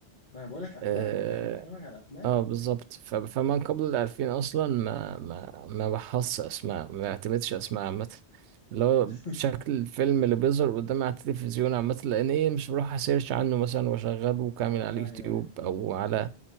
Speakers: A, on the left (about 45°); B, on the right (about 85°).
A: ما انا بقول لك افلام
B: اه,
A: لا انا بكلمك على افلام
B: آه بالظبط ف- فمن قبل الالفين اصلا ما ما ما بحص اسماء ما بعتمدش اسماء عامة اللي هو
A: <laughs>
B: شكل الفيلم اللي بيظهر قدامي على التلفزيون عامة لان ايه مش بروح اسيرش عنه مثلا واشغله كامل على اليوتيوب
A: ايوه ايوه
B: او
A: فاهم
B: على